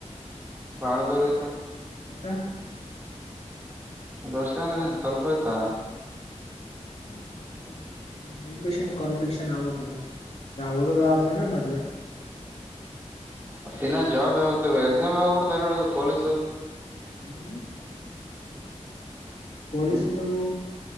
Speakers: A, on the right (about 15°); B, on the left (about 60°).
A: ಬಹಳ ದೂರ ಐತಲ್ಲ
B: ಮತ್ತೇ
A: ಒಂದ್ ವರ್ಷ ಅಂದ್ರೆ ಸ್ವಲ್ಪ ಆಯ್ತಾ?
B: ಹ್ಮ ಮತ್ತೆ ನಮ್ ಎಜುಕೇಶನ್ ಕ್ವಾಲಿಫಿಕೇಶನ್ ಆಗ್ಬೇಕಲ್ಲ ನಾ ಓದೋದ ಆದ್ಮೇಲೆ ಮದ್ವೆ.
A: ತ್ತಿನ ಜಾಬ್ ಯಾವತ ಎಕ್ಸಾಮ್ ಆಗ್ಬಿಡ್ತಾವ ಹೇಳ ಪೊಲೀಸು.
B: ಹ್ಮ್ ಪೊಲೀಸ್ದು
A: ಹ್ಮ್